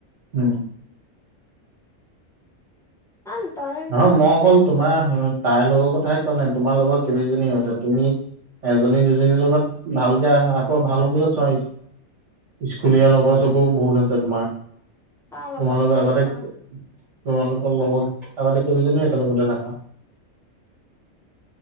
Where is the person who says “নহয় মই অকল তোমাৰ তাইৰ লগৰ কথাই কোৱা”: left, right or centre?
Right